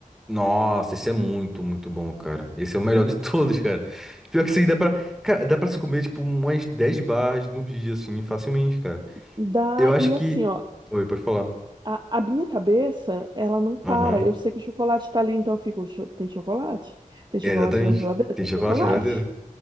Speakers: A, in the centre; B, on the right.
A: Nossa, esse é muito, muito bom, cara. Esse é o melhor de todos, cara. Pior que isso aí dá pra... Cara, dá pra se comer, tipo, umas 10 barras num dia, assim, facilmente, cara.
B: Dá,
A: Eu acho
B: e
A: que...
B: assim, ó,
A: Oi, pode falar.
B: a, a minha cabeça, ela não para.
A: Aham.
B: Eu sei que o chocolate tá ali, então eu fico, "Cho- tem chocolate? Tem chocolate
A: É, exatamente.
B: na geladeira?
A: Tem
B: Tem
A: chocolate
B: chocolate?
A: na geladeira?